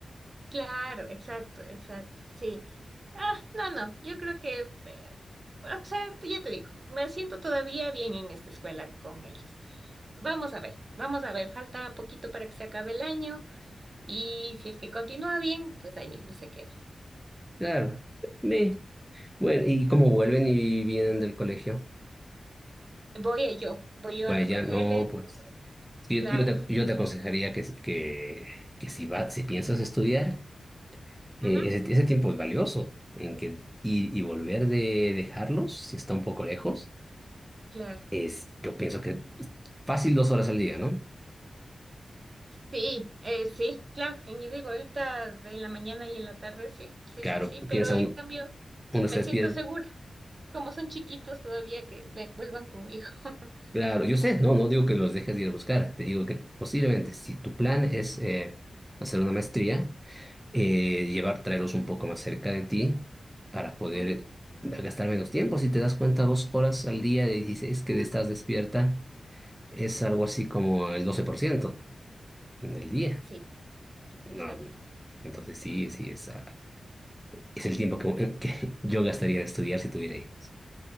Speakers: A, on the right; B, in the centre.
A: Claro, exacto, exacto. Sí. Ah, no, no, yo creo que, eh, o sea, ya te digo, me siento todavía bien en esta escuela con ellos. Vamos a ver, vamos a ver, falta poquito para que se acabe el año y si es que continúa bien, pues ahí mismo se queda.
B: Claro. Me. Bueno, ¿y cómo vuelven y vienen del colegio?
A: Voy a- yo, voy yo
B: Vaya,
A: a recogerle.
B: no, pues.
A: voy a ver.
B: es que
A: Claro,
B: Yo, yo te, yo te aconsejaría que, que, que si, va, si piensas estudiar, eh,
A: ujú,
B: ese, ese tiempo es valioso, en que ir y volver de dejarlos, si está un poco lejos,
A: claro.
B: es, yo pienso que fácil dos horas al día, ¿no?
A: Sí, eh, sí, claro, en ida y vuelta de- en la mañana y en la tarde, sí, sí,
B: Claro,
A: sí, sí, pero
B: piensa uno,
A: en cambio
B: uno
A: me
B: está despierto.
A: siento segura, como son chiquitos todavía que ve- vuelvan conmigo. <laughs>
B: Claro, yo sé, no, no digo que los dejes de ir a buscar, te digo que posiblemente si tu plan es eh, hacer una maestría, eh, llevar, traerlos un poco más cerca de ti para poder
A: Ujú,
B: gastar menos tiempo. Si te das cuenta, dos horas al día de 16 que estás despierta es algo así como el 12% del día.
A: Sí, exacto.
B: No, no. entonces sí, sí, es, ah, es el tiempo que, que <laughs> yo gastaría en estudiar si tuviera hijos.